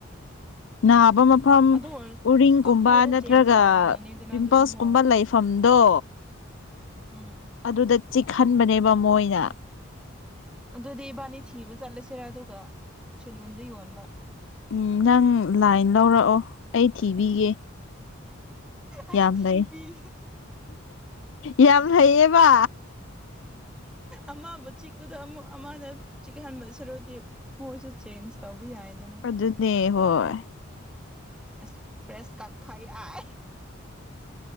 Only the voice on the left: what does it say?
ꯅꯥꯕ ꯃꯐꯝ
ꯎꯔꯤꯡꯀꯨꯝꯕ
ꯅꯠꯇ꯭ꯔꯒ
ꯄꯤꯝꯄꯜꯁ
ꯀꯨꯝꯕ ꯂꯩ ꯐꯝꯗꯣ꯫
ꯑꯗꯨꯗ ꯆꯤꯛꯍꯟꯕꯅꯦꯕ ꯃꯣꯏꯅ꯫
ꯎꯝ ꯅꯪ ꯂꯥꯏꯟ ꯂꯧꯔꯛꯑꯣ ꯑꯩ ꯊꯤꯕꯤꯒꯦ
ꯌꯥꯝ
ꯂꯩ ꯌꯥꯝ ꯂꯩꯌꯦꯕ
ꯑꯗꯨꯅꯩ ꯍꯣꯏ